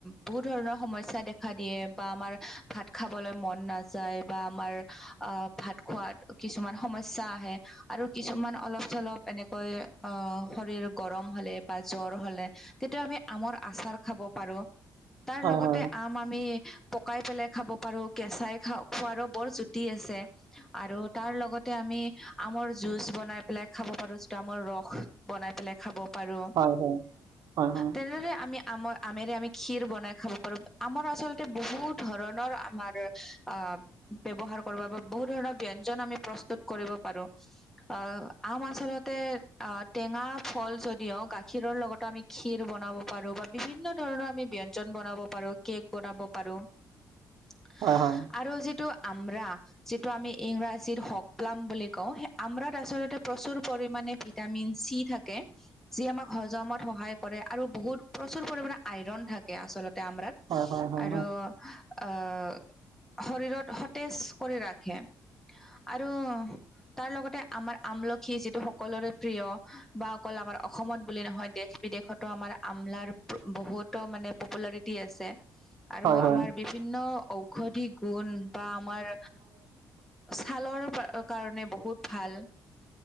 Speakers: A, in the centre; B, on the right.
A: বহু ধৰণৰ সমস্যা দেখা দিয়ে বা আমাৰ ভাত খাবলে মন নাযায় বা আমাৰ আ ভাত খোৱাত কিছুমান সমস্যা আহে। আৰু কিছুমান অলপ চলপ এনেকৈ অ', শৰীৰ গৰম হ'লে বা জ্বৰ হ'লে তেতিয়া আমি আমৰ আচাৰ খাব পাৰো, তাৰ
B: হয়
A: লগতে
B: হয় হয়
A: আম আমি পকাই পেলাই খাব পাৰো, কেঁচাই খা খোৱাৰো বৰ জুতি আছে। আৰু তাৰ লগতে আমি আমৰ জুচ বনাই পেলাই খাব পাৰো, যিটো আমাৰ ৰস বনাই পেলাই খাব পাৰো।
B: হয়- হয়- হয়- হয়।
A: তেনেদৰে আমি আমৰ আমেৰে আমি ক্ষীৰ বনাই খাব পাৰো, আমৰ আচলতে বহুত ধৰণৰ আমাৰ আ ব্যৱহাৰ কৰিব বা বহুত ধৰণৰ ব্যঞ্জন আমি প্ৰস্তুত কৰিব পাৰো। অ', আম আচলতে অ', টেঙা ফল যদিও গা খীৰৰ লগত আমি ক্ষীৰ বনাব পাৰোঁ বা বিভিন্ন ধৰণৰ আমি ব্যঞ্জন বনাব পাৰোঁ, কেক বনাব পাৰোঁ। <inaudible>
B: হয়- হয়।
A: আৰু যিটো আমৰা, যিটো আমি ইংৰাজীত হওঁক প্লাম বুলি কওঁ, সেই আমৰাত আচলতে প্ৰচুৰ পৰিমাণে ভিটামিন চি থাকে। যি আমাক হজমত সহায় কৰে আৰু বহুত প্ৰচুৰ পৰিমানে আইৰণ থাকে আচলতে আমৰাত। আৰু
B: হয় হয় হয় হয় হয় হয় হয়
A: অ', শৰীৰত সতেজ কৰি ৰাখে আৰু তাৰ লগতে আমাৰ আমল খি যিটো সকলোৰে প্ৰিয় বা অকল আমাৰ অসমত বুলি নহয় দেশ বিদেশত ত' আমাৰ আমলাৰ বহুতো মানে পপুলাৰিটি আছে। আৰু
B: হয় হয় হয় হয়
A: আমাৰ
B: হয় হয়
A: বিভিন্ন ঔষধি গুণ বা আমাৰ ছালৰ কাৰণে বহুত ভাল।